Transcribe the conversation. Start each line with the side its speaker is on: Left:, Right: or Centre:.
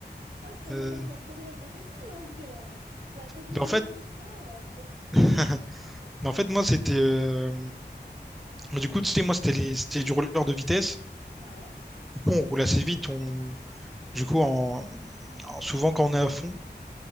Right: Ah, trop
Centre: Euh,
Right: drôle, pas trop drôle. Ça fait mal en vrai, hein. La sensibilité,
Centre: mais en fait,
Right: tout ça, euh, fouf.
Centre: <laughs> mais en fait, moi, c'était. euh, Mais du coup, tu sais, moi, c'était les... c'était du roller de vitesse.
Right: Ouais,
Centre: Du coup, on roule assez vite. On... Du coup, en... en- souvent quand on est à fond,